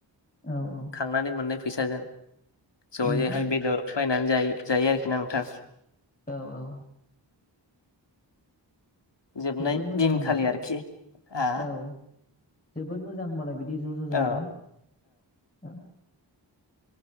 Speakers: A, on the left; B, on the left.
A: औ औ
B: खांनानै मोननाय फैसाजों। जयैहाय
A: उम उम
B: बेदर बायनानै। जायो आरोखि ना नोंथां।
A: औ औ।
B: जोबनाय
A: जोबोद मोजां
B: दिनखालि
A: होनबालाय
B: आरोखि आ
A: औ जोबोद मोजां होनबालाय बिदि ज' ज'
B: औ
A: जायोबा औ।